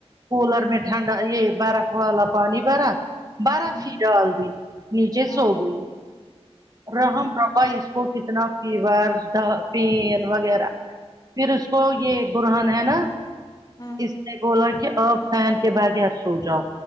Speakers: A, on the right; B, on the left.
A: کولر میں ٹھنڈا یہ بارف والا پانی بھرا برف
B: ہوں
A: ہی ڈال دی نیچے
B: ہوں
A: سو گئی
B: ہوں
A: رحم بابا اس کو کتنا فیور پین وغیرہ پھر اس کو یہ برہن ہے نا
B: ہاں
A: اس نے بولا کہ اپ فین کے بغیر سو جاؤ